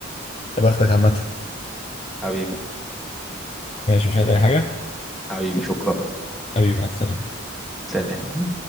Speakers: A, on the left (about 30°); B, in the centre.
A: يا بختك عامه
B: حبيبي
A: ماشي مش عايز اي حاجه
B: حبيبي شكرا
A: حبيبي مع السلامه
B: سلام